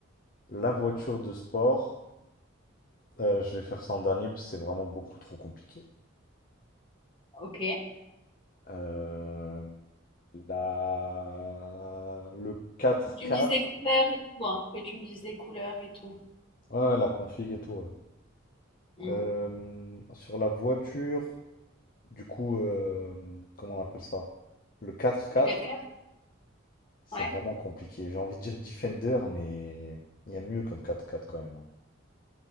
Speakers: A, on the left (about 45°); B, on the left (about 25°).
A: La voiture de sport, euh, je vais faire ça en dernier parce que c'est vraiment beaucoup trop compliqué.
B: Ok.
A: Euh, la... Le quatre
B: Tu
A: quatre.
B: me dises les couleurs et tout, hein, Que tu me dises les couleurs et tout.
A: ouais, ouais, la config et tout. ouais.
B: Hmm.
A: Euh, sur la voiture, du coup, euh, comment on appelle ça? Le quatre quatre.
B: Le quatre quatre
A: c'est
B: Ouais.
A: vraiment compliqué. J'ai envie de dire Defender, mais il y a mieux comme quatre quatre quand même. hein.